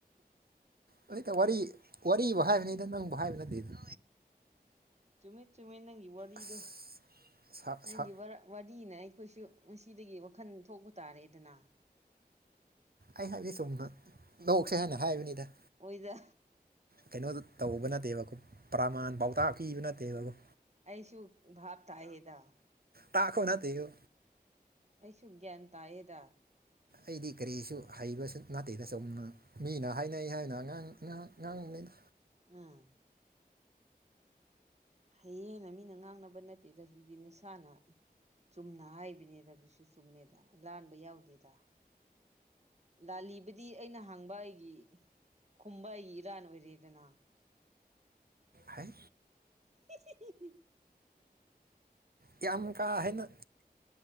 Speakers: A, on the right (about 70°); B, on the right (about 45°).
A: ꯅꯇ ꯋꯥꯔꯤ ꯋꯥꯨ ꯍꯥꯏꯕꯅꯤꯗ ꯅꯪꯕꯨ ꯍꯥꯏꯕ ꯅꯠꯇꯦꯗ
B: ꯆꯨꯝꯃꯤꯠ ꯆꯨꯝꯃꯤꯠ ꯅꯪꯒꯤ ꯋꯥꯔꯤꯗꯣ
A: ꯑꯁ
B: ꯅꯪꯒꯤ
A: ꯁꯥ
B: ꯋꯥꯔꯤꯅ ꯑꯩꯈꯣꯏꯁꯨ ꯉꯁꯤꯗꯒꯤ ꯋꯥꯈꯜ ꯊꯣꯛꯄ ꯇꯥꯔꯦꯗꯅ
A: ꯑꯩ ꯍꯥꯏꯕꯗꯤ ꯁꯨꯝ ꯂꯧꯣꯛꯁꯦ ꯍꯥꯏꯥꯟꯅ ꯍꯥꯏꯕꯅꯤꯗ
B: ꯑꯣꯏꯗ
A: ꯀꯩꯅꯣ ꯇꯧꯕ ꯅꯠꯇꯦꯕꯀꯣ ꯄ꯭ꯔꯃꯥꯟ ꯄꯥꯎꯇꯥꯛ ꯄꯤꯕ ꯅꯠꯇꯦꯕꯕꯨꯣ
B: ꯑꯩꯁꯨ ꯚꯥꯞ ꯇꯥꯏꯌꯦꯗ
A: ꯇꯥꯈꯣ ꯅꯗꯤꯌꯣ
B: ꯑꯩꯁꯨ ꯒ꯭ꯌꯥꯟ ꯇꯥꯏꯑꯦꯗ
A: ꯑꯩꯗꯤ ꯀꯔꯤꯁꯨ ꯍꯩꯕꯁꯨ ꯅꯥꯇꯩꯗ ꯆꯅ ꯃꯤꯅ ꯍꯥꯏꯅꯩ ꯍꯥꯏꯗꯨꯅ ꯑꯉꯥꯡꯥꯡ ꯑꯉꯥꯡꯕꯅꯤꯅ
B: ꯑꯥ ꯍꯌꯦꯦꯟꯅ ꯃꯤꯅ ꯉꯥꯡꯅꯕ ꯅꯠꯇꯦꯗ ꯑꯗꯨꯗꯤ ꯅꯁꯥꯅ ꯆꯨꯝꯅ ꯍꯥꯏꯕꯅꯤꯗ ꯑꯗꯨꯁꯨ ꯆꯨꯝꯃꯦꯗ ꯂꯥꯟꯕ ꯌꯥꯎꯗꯦꯗ ꯂꯥꯂꯤꯕꯗꯤ ꯑꯩꯅ ꯍꯥꯡꯕ ꯑꯩꯒꯤ ꯀꯨꯝꯕ ꯏꯔꯥꯟ ꯑꯣꯏꯔꯤꯗꯅ
A: ꯍꯥꯏ
B: ꯍꯥ
A: ꯌꯥꯝ ꯀꯥꯍꯦꯟꯅ